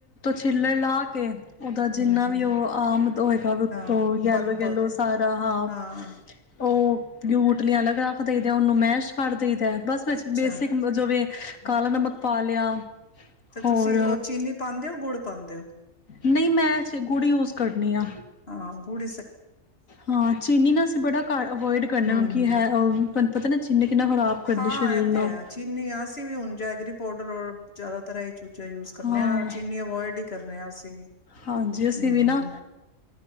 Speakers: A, on the left; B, on the left.
A: ਛਿਲੜ ਲਾ ਕੇ ਉਹਦਾ ਜਿੰਨਾ
B: ਹਮ ਹਮ
A: ਵੀ ਆਮ ਉੱਤੋਂ
B: ਹਾਂ
A: ਯੈਲੋ
B: ਪਲਪ
A: ਸਾਰਾ ਹ
B: ਹਾਂ
A: ਉਹ ਬੂਟਲੀਆਂ ਅਲੱਗ ਰੱਖ ਦਈਦੇ ਆ ਉਹਨੂੰ ਮੈਸ਼ ਕਰ ਦੇ ਤੇ ਬਸ ਵਿੱਚ
B: ਅੱਛਾ
A: ਬੇਸਿਕ ਜੋ ਵੀ ਕਾਲਾ ਨਮਕ ਪਾ ਲਿਆ
B: ਤੇ
A: ਹੋਰ
B: ਤੁਸੀਂ ਉਹ ਚੀਨੀ ਪਾਉਂਦੇ ਹੋ ਗੁੜ ਪਾਉਂਦੇ ਹੋ
A: ਨਹੀਂ ਮੈਂੇ ਗੁੜੀ ਯੂਜ ਕਰਨੀ ਆ
B: ਹਾਂ ਗੜ
A: ਹਾਂ ਚੀਨੀ ਨਾ ਅਸੀਂ ਬੜਾ ਘੱਟ ਵਿਚ ਬਹੁਤ ਅਵੋਇਡ ਕਰਨਾ
B: ਹਮ
A: ਕਿ ਹੈ ਪਤਾ ਨਾ ਚੀਨੀ ਕਿੰਨਾ ਖ਼ਰਾਬ ਕਰਦੀ
B: ਹਾਂ
A: ਸਰੀਰ
B: ਇਹ
A: ਨੂੰ
B: ਤੇ ਹੈ ਚੀਨੀ ਅਸੀਂ ਵੀ ਹੁਣ ਜੈਗਰੀ ਪਾੋਡਰ ਜ਼ਿਆਦਾਤਰ ਇਹ ਚੂਜਾ ਯੂਜ ਕਰਨੇ
A: ਹਾਂ
B: ਆ ਚੀਨੀ ਅਵੋਇਡ ਕਰਨੇ ਆ ਅਸੀਂ ਵੀ
A: ਹਾਂਜੀ, ਅਸੀਂ
B: ਹਮ
A: ਵੀ ਨਾ,